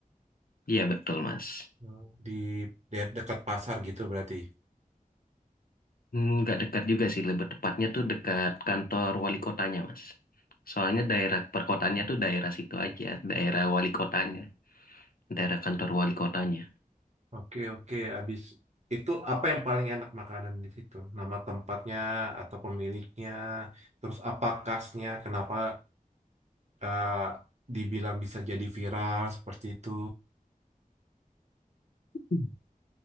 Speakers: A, on the left; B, on the right.
A: Iya, betul, Mas.
B: Hmm. di de- dekat pasar gitu berarti
A: Hmm, Nggak dekat juga sih, lebih tepatnya tuh dekat kantor wali kotanya, Mas. Soalnya daerah perkotaannya tuh daerah situ aja, daerah wali kotanya, daerah kantor wali kotanya.
B: oke oke Abis itu apa yang paling enak makanan di situ nama tempatnya atau pemiliknya terus apa khasnya kenapa eh, dibilang bisa jadi viral seperti itu
A: Hmm.